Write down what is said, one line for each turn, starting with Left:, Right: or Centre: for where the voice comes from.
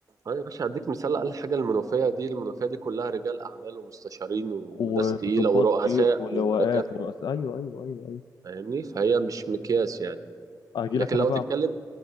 Right: أه يا باشا هديك مثال أقل حاجة المنوفية دي المنوفية دي كلها رجال أعمال ومستشارين وناس
Left: وضباط
Right: تقيلة ورؤساء
Left: جيش ولواءات
Right: ودكاترة
Left: ورؤساء ايوه ايوه ايوه ايوه
Right: فاهمني فهي مش مقياس يعني
Left: اجي
Right: لكن
Left: لك انا
Right: لو
Left: بقى
Right: تتكلم
Left: من